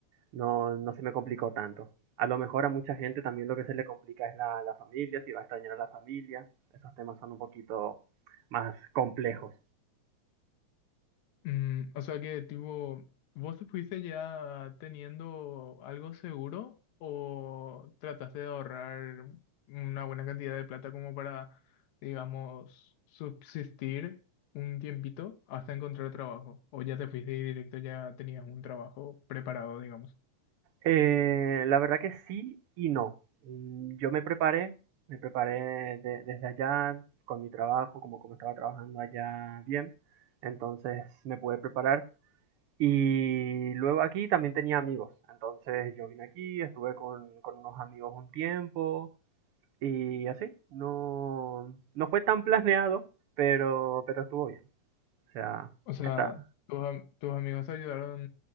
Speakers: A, on the right; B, on the left.
A: no, no se me complicó tanto. A lo mejor a mucha gente también lo que se le complica es la, la familia, si va a extrañar a la familia. Esos temas son un poquito más complejos.
B: Mm, o sea que tipo, ¿vos fuiste ya teniendo algo seguro o trataste de ahorrar una buena cantidad de plata como para, digamos, subsistir un tiempito hasta encontrar trabajo? ¿O ya te fuiste y directo ya tenías un trabajo preparado, digamos?
A: Eh, la verdad que sí y no. Mm, Yo me preparé, me preparé de- desde allá con mi trabajo, como, como estaba trabajando allá bien. Entonces me pude preparar. Y luego aquí también tenía amigos. Entonces yo vine aquí, estuve con, con unos amigos un tiempo. Y así, no, no fue tan planeado, pero, pero estuvo bien. O sea,
B: O sea,
A: está.
B: tus, am- tus amigos te ayudaron